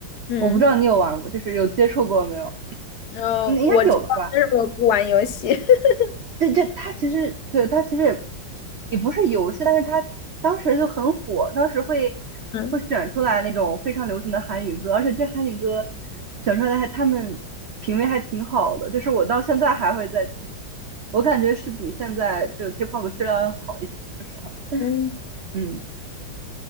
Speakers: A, on the left (about 65°); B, on the right (about 80°).
A: 嗯
B: 我不知道你有玩过，就是有接触过没有？
A: 嗯，
B: 应应该有的吧。
A: 我知道，但是我不玩游戏。<laughs>
B: 对，就它其实对它其实也也不是游戏，但是它当时就很火，当时会
A: 嗯
B: 会选出来那种非常流行的韩语歌，而且这韩语歌选出来还他们品味还挺好的，就是我到现在还会再听，我感觉是比现在这个 K-pop 质量要好一些，说实话，
A: 嗯，
B: 嗯